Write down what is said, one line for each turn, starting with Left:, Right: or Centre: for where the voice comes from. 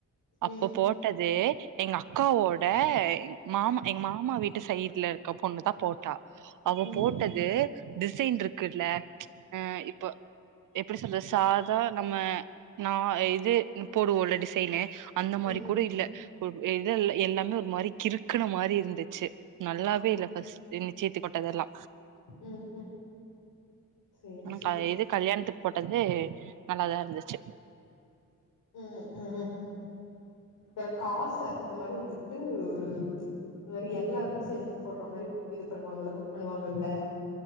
Right: அப்ப
Left: ம்
Right: போட் டது எங்க அக்காவோட மாமா எங்க மாமா வீட்டு சைட்ல இருக்க பொண்ணுதா போட் டா அவ
Left: ம்
Right: போட்டது டிசைன் இருக்குல்ல ம் இப்ப எப்டி சொல்றது சாதா நம்ம நா இது போடுவோல டி சைனு அந்த மாரி
Left: ம்
Right: கூட இல்ல கு இத எல்லாமே ஒரு மாரி கிறுக்குன மாரி இருந்துச்சு நல்லாவே
Left: ம்
Right: இல்ல பஃஸ்ட் இன்னி சீத்தி கொட்டதெல்லா
Left: ம் ம் சேரி
Right: ஆனா
Left: சேரி
Right: இது கல்யாணத்துக்கு போட்டது நல்லாதா இருந்துச்சு
Left: ம் ம் எனக்காச இந்த மாரி வந்துட்டு ம் <unintelligible> எல்லாருக்கு சேத்து போட்ற மாரி இது பண்ணுவாங்கல்ல புக் பண்ணுவாங்கல்ல